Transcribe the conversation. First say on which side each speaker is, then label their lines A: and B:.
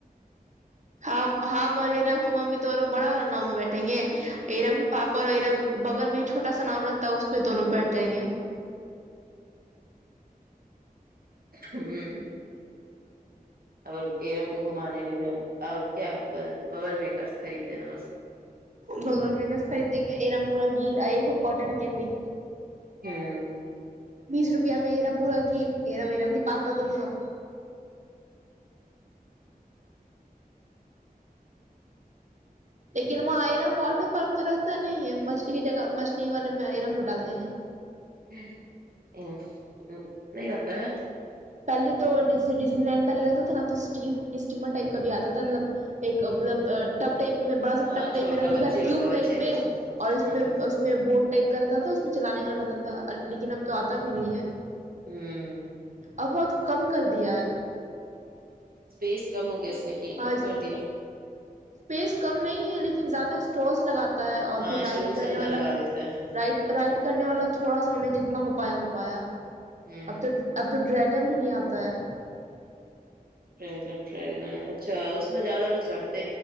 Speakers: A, on the right; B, on the right.
A: ہم ہم اور ارام کی ممی دونوں بڑا رن میں بیٹھیں گے ایرام کی پاپا اور ایر بغل میں ایک چوٹا سا ناام رہتا ہے اس میں دونوں بیٹھ جائیں گے
B: ہوں ا ایرم کو گھمانے لے جانا اور کیا ببل میکرس خرید دینا بس
A: بگوان میں گس خریدیں گے ا رام پورا گیل کاٹن کینڈی
B: ہوں
A: بیس روپیہ میں ایرم پورا کی ایرم ایرم کی پاپا دونوں لیکن وہاں آئرم واٹر پارک تو رہتا نہیں ہے مچھلی کی جگہ مچھلی والے میں آئرم کو ڈال دیں گے
B: <unintelligible>
A: پہلے تو ڈیزن وین پہلے لگتا تھا نہ تو اسٹیم اسٹیمر ٹائپ کا بھی آتا تھا مطلب ایک مطلب ٹپ ٹائپ میں بڑا سا
B: ہاں
A: ٹپ ٹائپ
B: چھوٹا
A: میں رہتا
B: بچے
A: تھا ٹیوب
B: لوگ کا بچے
A: ٹائپ
B: لوگ
A: میں
B: کا
A: اور اس
B: ہ
A: میں
B: ہوں
A: اس اس میں بورڈ ٹائپ کا رہتا تھا اس میں چلانے والا رہتا تھا لیکن اب تو آتا بھی نہیں ہے
B: ہوں
A: ا بہت کم کر دیا ہے
B: اسپیس کم ہو گیا اس نے کھل
A: ہاں
B: کم کر دیا
A: اسپیس کم نہیں ہے لیکن زیادہ اسٹس لگاتا ہے اور
B: ہاں
A: پھر
B: اسٹول
A: رائڈ کرنے
B: زیادہ
A: والا
B: لگا دیتا ہے
A: رائڈ رائڈ کرنے والا تھوڑا سا میں جتنا ہو پایا ہو پایا
B: ہوں
A: اب تو اب تو ڈریک گنند نہیں آتا ہے
B: ٹریگن ٹگن اچھا اس میں زیادہ لوگڑھتے